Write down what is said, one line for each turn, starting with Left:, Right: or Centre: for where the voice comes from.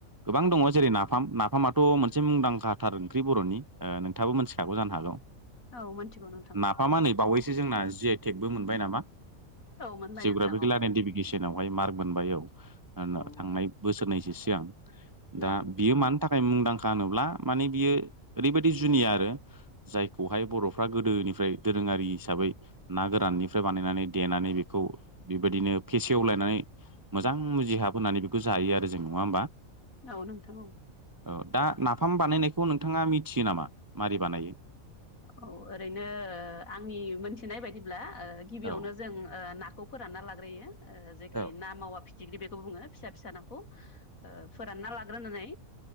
Right: गोबां दं। जेरै नाफाम नाफामाथ' मोनसे मुंदांखाथार ओंख्रि बर'नि नोंथाबो मोनथिखागौ जानो हागौ।
Left: औ मोनथिगौ नोंथां
Right: नाफामा नै बावैसो जोंना जि आइ टेक बो मोनबाय नामा
Left: औ मोनबाय
Right: जिउग्राफिकेल
Left: नोंथां औ
Right: आइदेनटिफिकेसन आवहाय मार्क मोनबाय औ
Left: औ नोंथां
Right: थांनाय बोसोरनैसो सिगां दा
Left: औ नोंथां
Right: बियो मानि थाखाय मुंदांखा होनोब्ला माने बियो ओरैबायदि जुनिया आरो जायखौहाय बर'फ्रा गोदोनिफ्राय गोरों हिसाबै ना गोराननिफ्राय बानायनानै देनानै बेखौ बेबायदिनो फेसेवलायनानै मोजां जि हाबोनानै बेखौ जायो आरो जों नङा होमबा?
Left: औ नोंथां औ
Right: औ दा नाफाम बानायनायखौ नोंथाङा मिथियो नामा मारै बानायो?
Left: औ ओरैनो आंनि मोनथिनाय बायदिब्ला गिबियावनो
Right: औ
Left: जों नाखौ फोरानना लाग्रोयो जेखे
Right: औ
Left: ना मावा फि थिग्रि बेखौ बुङो फिसा फिसा नाखौ फोरानना लाग्रोनानै